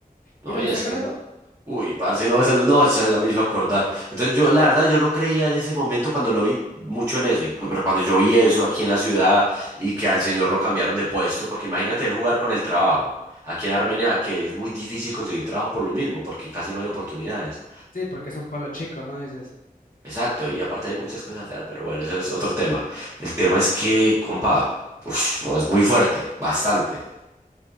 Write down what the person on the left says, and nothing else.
Mira,
lo está
jalando.
Sí, porque es un pueblo chico, ¿no? Dices,